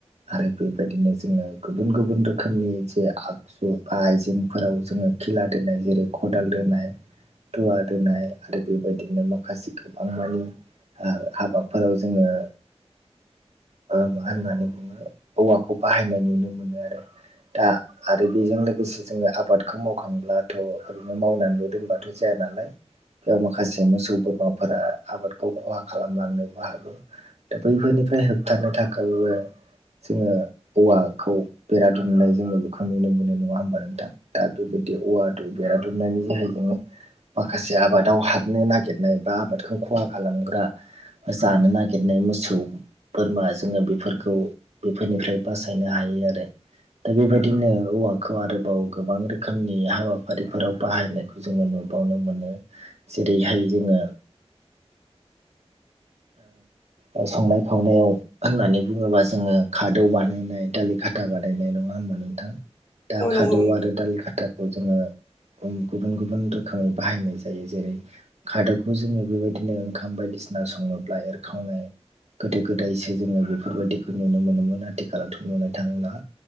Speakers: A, on the right; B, on the left.
A: आरो बेबायदिनो जोंङो गुबुन गुबुन रोखोमनि जे आग आइजेंफोराव जोंङो खेला दोनाय जेरै खदाल दोनाय दुवा दोनाय आरो बेबायदिनो माखासे गोबां मानि ओ हाबाफोराव जोंङो मा होननानै बुङो औवाखौ बाहायनाय नुनो मोनो आरो दा आरो बेजों लोगोसे जोंङो आबादखौ मावखांब्लाथ' ओरैनो मावनानैल' दोनबाथ' जाया नालाय बेयाव माखासे मोसौ बोरमाफोरा आबादखौ खहा खालामलांनोबो हागौ दा बैफोरनिफ्राय होबथानो थाखायबो जोंङो। औवाखौ बेरा दुमनाय जोंङो बेखौ नुनो मोनो नङा होमबा नोंथां दा बेबायदि औवा दु बेरा दुमनानै जाहाय जोंङो माखासे आबादाव हाबनो नागिरनाय बा आबादखौ खहा खालामग्रा जानो नागिरनाय मोसौ बोरमा जोंङो बेफोरखौ बेफोरनिफ्राय बासायनो हायो आरो दा बेबायदिनो औवाखौ आरोबाव गोबां रोखोमनि हाबाफारिफोराव बाहायनो जोंङो नुबावनो मोनो जेरैहाय जोंङो ओ संनाय खावनायाव होननानै बुङोबा जोंङो खादौ बानायनाय दालि खाथा बानायनाय नंङा होमबा नोंथां दा
B: औ
A: खादौ
B: नंगौ नोंथां
A: आरो दालि खाथाखौ जोंङो गुबुन गुबुन रोखोमै बाहायनाय जायो जेरै- खादौखौ जोंङो बेबायदिनो ओंखाम बायदिसिना संङोब्ला एरखावनाय गोदो गोदायसो जोङो बेफोरबायदिखौ नुनो मोनोमोन आथिखालावथ' नुनो थांला।